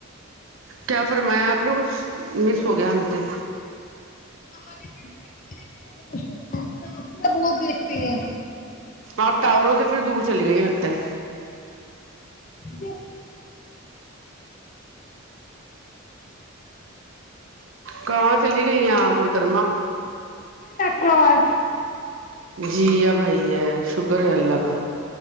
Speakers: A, on the right; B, on the left.
A: کیا فرمایا آپ نے کچھ مس سوگے ہمتے
B: ہماری رو دنے با بہت دگتی ہے
A: آپ ٹاوروں سے پھر دور چلی گئی لگتا ہے
B: ےاز
A: کاں چلی گئی آ مترما
B: کوواز
A: جی ہ بھائی ہے شکر ہے اللہ کا